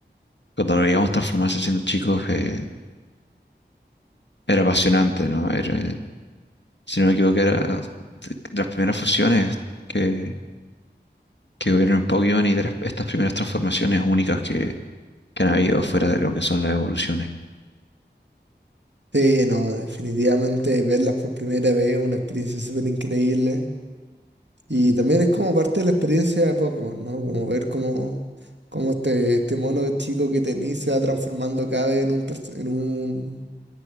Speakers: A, on the left; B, on the right.
A: cuando lo veíamos transformarse siendo chicos, eh, era apasionante, ¿no? Era, si no me equivoco, era de de las primeras fusiones que, que hubieron en Pokémon y de las- estas primeras transformaciones únicas que, que han habido fuera de lo que son las evoluciones.
B: Sí, no, definitivamente verlas por primera vez es una experiencia súper increíble. Y también es como parte de la experiencia de Pokémon, ¿no? Como ver cómo, cómo este, este mono chico que tenís se va transformando cada vez en un, pers- en un,